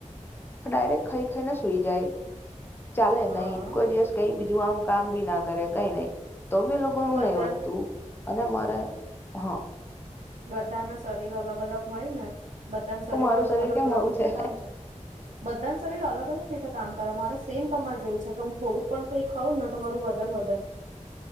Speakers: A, on the left; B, on the right.
A: ડાયરેક્ટ ખઈ ખઈને સૂઈ જાય એ. ચાલે
B: હા
A: નઈ કોઈ દિવસ કઈ બીજું આમ કામ બી ના કરે. કઈ નહી. તો ભી એ લોકો નું
B: બધા
A: નહીં વધતું અને મારે હા
B: બધા ના શરીર અલગ-અલગ હોય ને? બધા શરીર
A: તો મારું
B: અગ અલગ-અલગ
A: કેમ આવું
B: રીતે
A: છે
B: કામ કરે બધા શરીર અલગ-અલગ રીતે કામ કઅ મારે એમ તમારે જેવું છે કે હું થોડુંક પણ કઈ ખાઉં ને તો મારું વજન વધે.